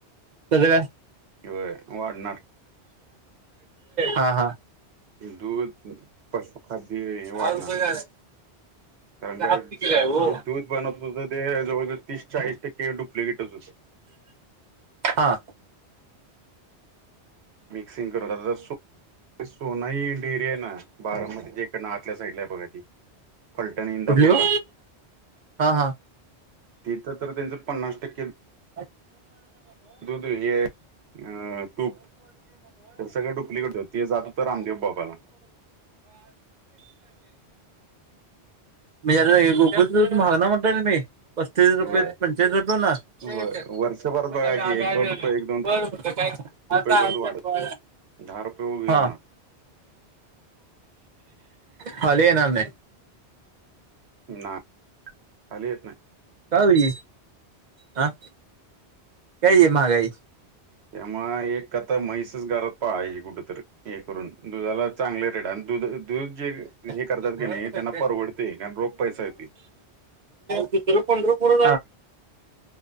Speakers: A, on the right; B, on the right.
A: काय?
B: व्हय. वाढणार.
A: हा हा.
B: दूध पशुखाद्य हे
A: दहा
B: वाढणार.
A: रुपये का
B: तरंगा
A: दहा तिकीट आहे हो
B: दूध. बनत होत ते जवळजवळ तीस चाळीस टक्के डुप्लिकेटच होतं.
A: हां.
B: मिक्सिंग करत आ सोना ही डेरी हाय ना बारामती जे एक आतल्या साईडला आहे बघा ती. फलटणी इंदापूरला.
A: कुठली हो हा हा.
B: तिथं तर त्यांचं पन्नास टक्के
A: <inaudible> <unintelligible> <unintelligible>
B: दूध हे अ तूप तर सगळं डुप्लिकेट होत ते जात होतं रामदेव बाबाला
A: म्हणजे गुुल महाग ना म्हणता मी पस्तीस रुपये
B: होय.
A: पंचावीळीस रुपये हो ना. <unintelligible>
B: होय वर्षभरात बघा की एक दोन रुपये एक दोन रुपये करत वाढत. दहा रुपये.
A: हा खाली येणार नाही.
B: ना खाली येत नाही.
A: कऊ ह कय महागाई.
B: त्यामुळ एक कथा म्हैसच घरात पाहायचीे कुठंतरी हे करून दुधाला चांगले रेट आणि दुध दूध जे हे
A: महागाई
B: करतात क नाही त्यांना परवडते कारण रोग पैसा येत.
A: त पंधर पुर